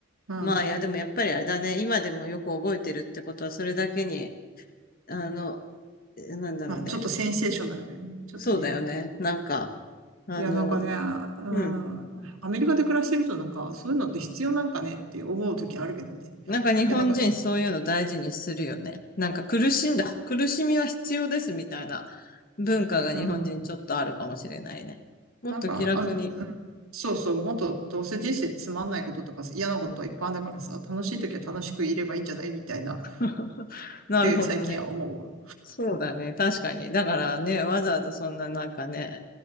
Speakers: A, on the right; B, on the left.
A: ま
B: まあ、いや、でもやっぱりあれだね。今でもよく覚えてるってことは、それだけに、あの、なんだろうね。
A: あ、ちょっとセンセーショナルだよね。ちょっとね。
B: そうだよね。なんか、あの、
A: いや、なんかね、うん、
B: うん。
A: アメリカで暮らしてるとなんか、そういうのって必要なんかねって思う時あるけどね。
B: なんか日本人そういうの大事にするよね。
A: いや、なんか、
B: なんか苦しんだ。苦しみは必要ですみたいな。文化が日本人ちょっとあるかもしれないね。
A: うん、
B: もっと気楽に。
A: なんか、あ、うん、そうそう、もっとどうせ人生つまんないこととか嫌なことはいっぱいあるんだからさ、楽しい時は楽しくいればいいんじゃないみたいなっ
B: <laughs> なるほどね。
A: て最近は思うわ。
B: そうだね。確かに。だからね、わざわざそんななんかね、